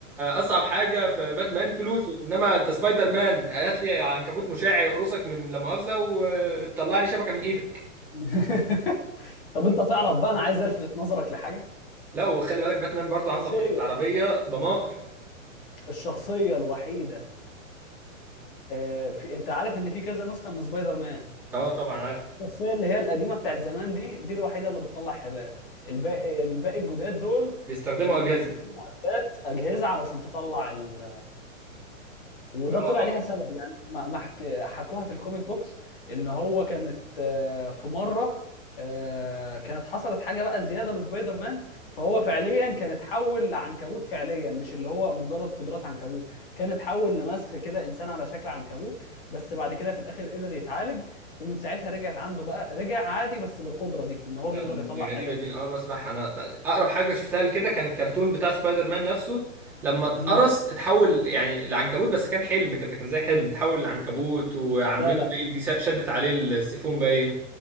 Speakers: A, in the centre; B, on the left.
A: اصعب حاجه في باتمان فلوسه انما انت سبايدر مان هات لي عنكبوت مشع يقرصك من لا مؤاخذه وتطلع لي شبكه من ايدك
B: <laughs> طب انت تعرف بقى انا عايز الفت نظرك لحاجه
A: لا وخلي بالك باتمان برضو عنده
B: الشخصيه
A: حته عربيه ضمان
B: الشخصيه الوحيده آه في انت عارف ان في كذا نسخه من سبايدر مان
A: اه طبعا عارف
B: الشخصيه اللي هي القديمه بتاعت زمان دي دي الوحيده اللي بتطلع حبال الباقي الباقي الجداد دول
A: بيستخدموا
B: كانوا
A: اجهزه
B: مركبين معدات اجهزه علشان تطلع ال... وده
A: اه
B: طلع ليها سبب يعني ما ما حك... حكوها في الكوميك بوكس ان هو كانت آه، في مره آه، كانت حصلت حاجه بقى زياده لسبايدر مان فهو فعليا كان اتحول لعنكبوت فعليا مش اللي هو مجرد قدرات عنكبوت كان اتحول لمسخ كده انسان على شكل عنكبوت بس بعد كده في الاخر قدر يتعالج ومن ساعتها رجعت عنده بقى رجع عادي بس بالقدره دي ان هو
A: لا
B: بيقدر
A: دي
B: يطلع حبال
A: غريبه دي أنا اول ما اسمعها انا اقرب حاجه شفتها لكده كان الكرتون بتاع سبايدر مان نفسه لما اتقرص
B: مم.
A: اتحول يعني لعنكبوت بس كان حلم كده كان زي حلم اتحول لعنكبوت وعمته
B: لا لا
A: بقى دي شدت عليه السيفون باين